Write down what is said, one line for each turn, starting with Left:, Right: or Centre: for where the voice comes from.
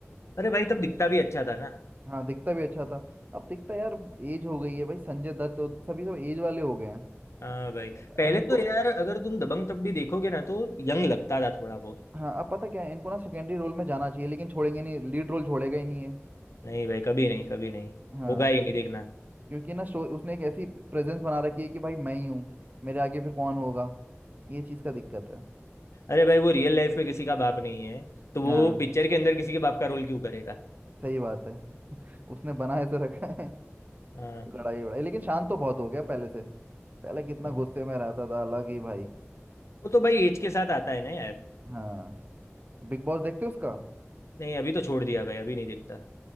Left: अरे भाई तब दिखता भी अच्छा था ना
Right: हाँ दिखता भी अच्छा था अब दिखता यार एज हो गई है भाई संजय दत्त तो सभी सब एज वाले हो गए हैं
Left: हाँ भाई
Right: अब
Left: पहले
Right: इनको
Left: तो यार अगर तुम दबंग तब भी देखोगे ना तो यंग लगता था थोड़ा वो
Right: हाँ अब पता क्या है इनको ना सेकेंडरी रोल में जाना चाहिए लेकिन छोड़ेंगे नहीं लीड रोल छोड़ेगा ही नहीं है
Left: नहीं भाई कभी नहीं कभी नहीं
Right: हाँ
Left: होगा ही
Right: क्योंकि
Left: नहीं देखना
Right: क्योंकि ना शो उसने एक ऐसी प्रेजेंस बना रखी है कि भाई मैं ही हूँ मेरे आगे फिर कौन होगा ये चीज़ का दिक्कत है
Left: अरे भाई वो रियल लाइफ में किसी का बाप नहीं है तो वो
Right: हाँ
Left: पिक्चर के अंदर किसी के बाप का रोल क्यों करेगा
Right: सही बात है उसने बना ऐसे रखा है <laughs>
Left: हाँ
Right: लड़ाई वड़ाई लेकिन शांत तो बहुत हो गया पहले से पहले कितना
Left: हाँ।
Right: गुस्से में रहता था अलग ही भाई
Left: वो तो भाई एज के साथ आता है ना यार
Right: हाँ बिग बॉस देखते हो उसका
Left: नहीं अभी तो छोड़ दिया भाई अभी नहीं देखता